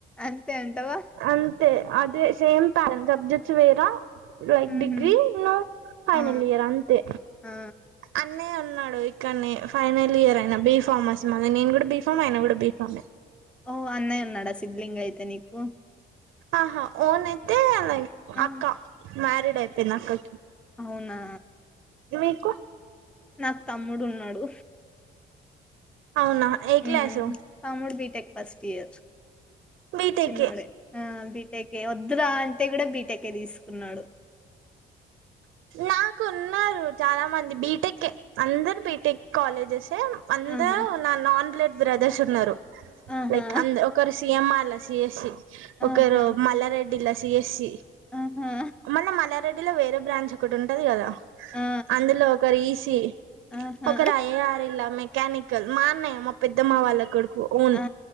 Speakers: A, in the centre; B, on the right.
A: అంతే అంటవా
B: అంతే అదే సేమ్ పెంట్ సబ్జెక్ట్స్ వేరా లైక్
A: ఉహు
B: డిగ్రీ ను ఫైనల్
A: ఆ
B: ఇయర్ అంతే
A: ఆ
B: అన్నే న్నాడు ఇక్కడన్ని ఫైనల్ ఇయర్ అయిన బీ ఫామ్ అస్మా నేను కూడా బీ ఫామ్ అయిన కూడా బీ ఫామ్
A: ఓ అన్నయ్య ఉన్నాడా సిబ్లింగ్ అయితే నీకు
B: ఆహా ఓన్ ఎతేలాగే
A: ఆ
B: అక్క మ్యారీడ్ అయిపోయింది అక్కకి
A: అవునా
B: మీకు
A: నాకు తమ్ముడు ఉన్నాడు
B: అవునా ఏ
A: హ
B: క్లాసు
A: తముోడు బిటెక్ ఫస్ట్ ఇయర్
B: బీటెక్
A: చిన్నోడ బిటెక్ వద్దురా అంటే కూడా బీటెకే తీసుకున్నాడు
B: నాకు ఉన్నారు చాలా మంది బీటెక్ కె అందరు బీటెక్ కాలేజెస్ అందరు
A: ఆహా
B: నా నాన్ బ్లేట్ బ్రదర్స్ ఉన్నరు
A: ఆహా!
B: లైక్ అంద్ ఒకరు సిఎమ్అర్ లోచ్ ఏసి ఒకరు
A: ఆహా!
B: మల్లారెడ్డి దిల్లా సిఏసి
A: ఆహా!
B: మల్ల మల్లా రెడ్డి ల వేరే బ్రాంచ్ ఒకటి ఉంటది కదా
A: ఆ! ఆ!
B: అందులో ఒకరు ఈ సి
A: ఆహా!
B: ఒకరు అయ ఆరిల్లా మ మెకానికల్ మాన్నయ్య మా పెద్దమ్మ వాళ్ళ కొడుకు ఉన్
A: ఆ!